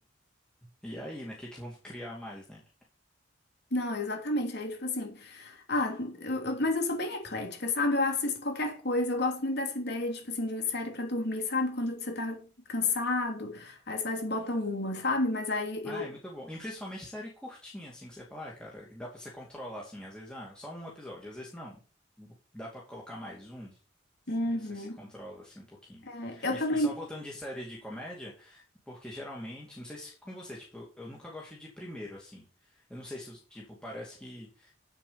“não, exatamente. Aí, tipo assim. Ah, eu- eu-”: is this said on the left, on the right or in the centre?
Left